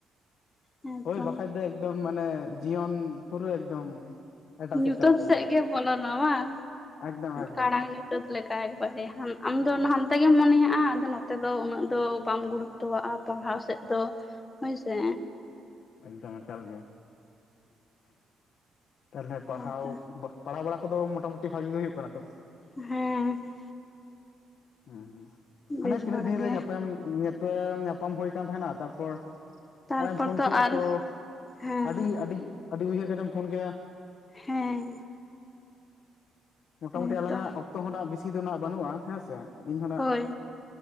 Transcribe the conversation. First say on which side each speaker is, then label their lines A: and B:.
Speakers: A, on the left; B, on the left.
A: ᱦᱮᱸᱛᱚ
B: ᱦᱳᱭ ᱵᱟᱠᱷᱟᱡ ᱫᱚ ᱮᱠᱫᱚᱢ ᱢᱟᱱᱮ ᱡᱤᱭᱚᱱ ᱯᱩᱨᱟᱹ ᱮᱠᱫᱚᱢ ᱮᱴᱟᱜ
A: ᱧᱩᱛᱟᱹᱛ
B: ᱪᱟᱞᱟᱜ ᱛᱟᱯᱮᱭᱟ
A: ᱥᱮᱫ ᱜᱮ ᱵᱚᱞᱚᱱᱟ ᱵᱟᱝ
B: ᱮᱠᱫᱚᱢ ᱮᱠᱫᱚᱢ
A: ᱠᱟᱲᱟᱝ ᱧᱩ ᱧᱩᱛᱟ. ᱛ ᱞᱮᱠᱟ ᱮᱠᱵᱟᱨᱮ ᱟᱢ ᱫᱚ ᱦᱟᱱᱛᱮ ᱜᱮᱢ ᱢᱚᱱᱮᱭᱟᱜᱼᱟ ᱟᱫᱚ ᱱᱚᱛᱮ ᱫᱚ ᱩᱱᱟᱹᱜ ᱫᱚ ᱵᱟᱢ ᱜᱩᱲᱩ ᱛᱚᱣᱟᱜᱼᱟ ᱯᱟᱲᱦᱟᱣ ᱥᱮᱫ ᱫᱚ ᱦᱳᱭᱥᱮ
B: ᱮᱠᱫᱚᱢ ᱮᱠᱟᱞ ᱜᱮ ᱛᱟᱞᱦᱮ ᱯᱟᱲᱦᱟᱣ
A: ᱦᱮᱸᱛᱚ
B: ᱵᱟ ᱯᱟᱲᱦᱟᱣ ᱵᱟᱲᱟ ᱠᱚᱫᱚ ᱢᱚᱴᱟᱢᱩᱴᱤ ᱵᱷᱟᱜᱮ ᱜᱮ ᱦᱩᱭᱩᱜ ᱠᱟᱱᱟ ᱛᱚ
A: ᱦᱮᱸ
B: ᱦᱮᱸ ᱦᱮᱸ
A: ᱵᱮᱥ
B: ᱦᱟᱱᱮ ᱛᱤᱱᱟᱹᱜ
A: ᱵᱟᱲᱟ
B: ᱫᱤᱱ
A: ᱜᱮ
B: ᱨᱮ ᱧᱟᱯᱟᱢ ᱧᱮᱯᱮᱞ ᱧᱟᱯᱟᱢ ᱦᱳᱭ ᱠᱟᱱ ᱛᱟᱦᱮᱱᱟ ᱛᱟ ᱯᱚᱨ
A: ᱛᱟᱨᱯᱚᱨ
B: ᱚᱦᱚᱭ ᱮᱢ ᱯᱷᱳᱱ ᱠᱮᱜ ᱟ
A: ᱟᱨ
B: ᱛᱚ
A: ᱦᱮᱸ
B: ᱟᱹᱰᱤ ᱟᱹᱰᱤ ᱟᱹᱰᱤ ᱩᱭᱦᱟᱹᱨ ᱠᱟᱛᱮᱢ ᱯᱷᱳᱱ ᱠᱮᱜ ᱟ
A: ᱦᱮᱸ
B: ᱢᱳᱴᱟᱢᱩᱴᱤ
A: ᱦᱮᱸᱛᱚ
B: ᱟᱞᱟᱝ ᱟᱜ ᱚᱠᱛᱚ ᱦᱚᱸ ᱱᱟᱜ ᱵᱤᱥᱤ ᱫᱚ ᱱᱟᱜ ᱵᱟᱹᱱᱩᱜᱼᱟ ᱦᱮᱸ ᱥᱮ ᱤᱧᱦᱚᱱᱟᱜ
A: ᱦᱳᱭ